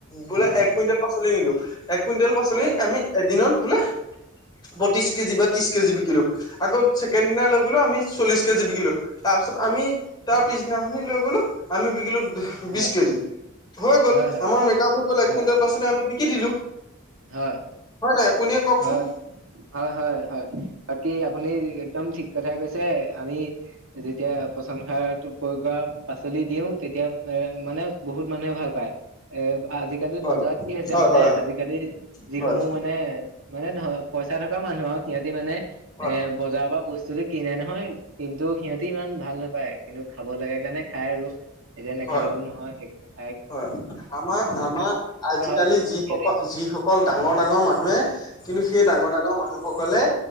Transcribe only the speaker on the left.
বোলে
এক কুইণ্টেল পচলি নিলো এক কুইণ্টেল পাচলি
আমি এদিনত বোলে বত্ৰিশ কেজি বা ত্ৰিশ কেজি বিকিলো আকৌ ছেকেণ্ড দিনা লৈ গলো আমি চল্লিশ কেজি বিকিলো তাৰ পিছত আমি তাৰ পিছদিনাখনি লৈ গলো আমি বিকিলো
বিশ কেজি হৈ গ'ল
আমাৰ মেকআপ হৈ গ'ল এক
কুইন্টেল পাচলি আমি কি দিলো
হয় নাই আপুনিয়ে কওকচোন
হয়
হয়
হয় হয়
হয়
হয়
হয়
হয় আমাৰ আমাৰ আজিকালি
যিসকল
যিসকল ডাঙৰ ডাঙৰ মানুহে কিন্তু সেই ডাঙৰ ডাঙৰ মানুহসকলে